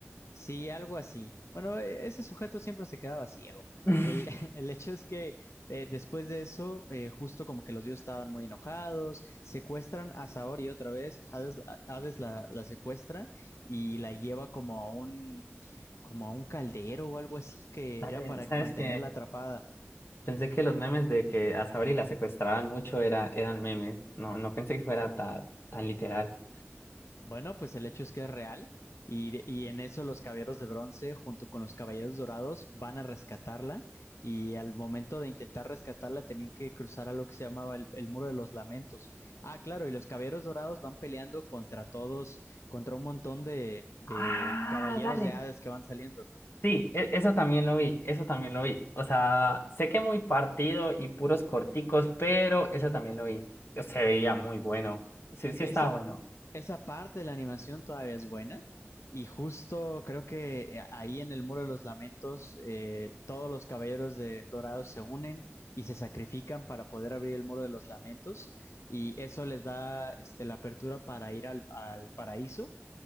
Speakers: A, on the left; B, on the left.
A: Sí, algo así. Bueno, e- ese sujeto siempre se quedaba ciego.
B: <laughs>
A: El, <laughs> el hecho es que eh, después de eso, eh, justo como que los dioses estaban muy enojados, secuestran a Saori otra vez, Hades, Hades la, la secuestra y la lleva como a un, como a un caldero o algo así que
B: Dale,
A: era para
B: ¿sabes
A: mantenerla
B: qué?
A: atrapada.
B: Pensé que los memes de que a Saori la secuestraban mucho era, eran memes. No, no pensé que fuera ta- tan literal.
A: Bueno, pues el hecho es que es real y, de- y en eso los caballeros de bronce junto con los caballeros dorados van a rescatarla y al momento de intentar rescatarla tenían que cruzar a lo que se llamaba el, el Muro de los Lamentos. Ah, claro, y los caballeros dorados van peleando contra todos, contra un montón de, de
B: Ah,
A: caballeros
B: dale.
A: de Hades que van saliendo.
B: Sí, e- eso también lo vi, eso también lo vi. O sea, sé que muy partido y puros corticos, pero eso también lo vi. Se veía muy bueno. Sí, sí
A: Esa,
B: estaba bueno.
A: esa parte de la animación todavía es buena. Y justo creo que eh, ahí en el Muro de los Lamentos, eh, todos los caballeros de Dorados se unen y se sacrifican para poder abrir el Muro de los Lamentos. Y eso les da este, la apertura para ir al, al paraíso,